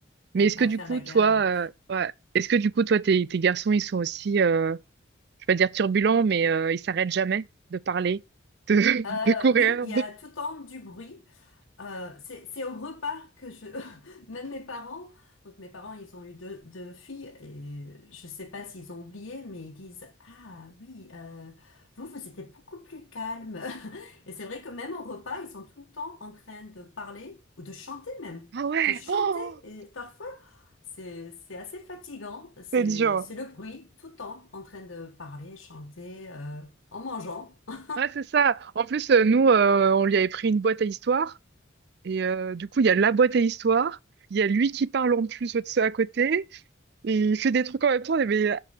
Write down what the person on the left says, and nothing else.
Il n'y a
pas
à
faire
la
guerre.
Euh,
oui, il
y a tout le temps du bruit. Euh, c'est, c'est au repas que je, <laughs> même mes parents, donc mes parents, ils ont eu deux, deux filles et je sais pas s'ils ont oublié, mais ils disent, ah oui, euh, vous, vous étiez beaucoup plus calme. <laughs> Et c'est vrai que même au repas, ils sont tout le temps en train de parler ou de chanter même,
de chanter
et parfois, c'est, c'est assez fatigant, c'est,
c'est le bruit tout le temps en train de parler, chanter, euh, en mangeant. <laughs>
Je...